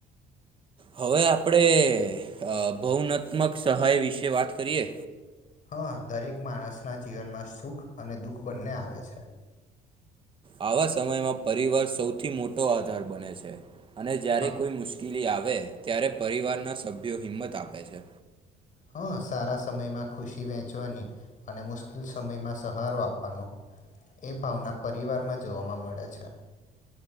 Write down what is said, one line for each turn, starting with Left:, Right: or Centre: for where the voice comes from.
Right: હવે આપણેે ભવનાત્મક સહાય વિશે વાત કરીએ
Left: હા દરેક માણસના જીવનમાં સુખ અને દુઃખ બંને આવે છે
Right: આવા સમયમાં પરિવાર સૌથી મોટો આધાર બને છે અને જ્યારે
Left: હા
Right: કોઈ મુશ્કેલી આવે ત્યારે પરિવારના સભ્યો હિંમત આપે છે
Left: હ સારા સમયમાં ખુશી વેંચવાની અને મુશ્કેલ સમયમાં સહારો આપવાનો એ ભાવના પરિવારમાં જોવાવામાં મળે છે